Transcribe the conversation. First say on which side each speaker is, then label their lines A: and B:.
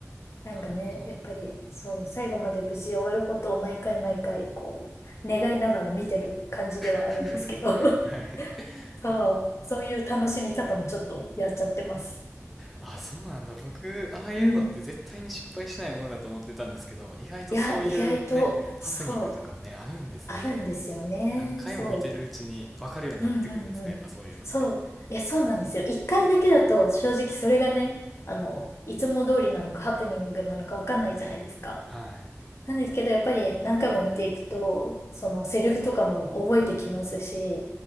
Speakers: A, on the left (about 60°); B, in the centre.
A: なんかね、
B: なるほど。
A: やっぱり、そう、最後まで無事終わることを毎回毎回、こう、願いながら見てる感じではあるんですけど、
B: <laughs> はい。
A: <laughs>
B: <laughs>
A: そう、
B: あー
A: そういう楽しみ方もちょっとやっちゃってます。
B: あ、そうなんだ。僕、ああいうのって絶対に失敗しないものだと思ってたんですけど、
A: うん。
B: 意外とそういうね、
A: いや、意外と、
B: ハプニングとかもね、
A: そう、
B: あるんですね。
A: あるんですよね。
B: 何回も見てるうちに分かるようになってくんですか、
A: そう。うんうんうん。
B: やっぱそういうのって。
A: そう。いや、そうなんですよ。一回だけだと、正直それがね、あの、いつも通りなのかハプニングなのかわかんないじゃないですか。
B: はい。
A: なんですけど、やっぱり何回も見ていくと、そのセリフとかも覚えてきますし、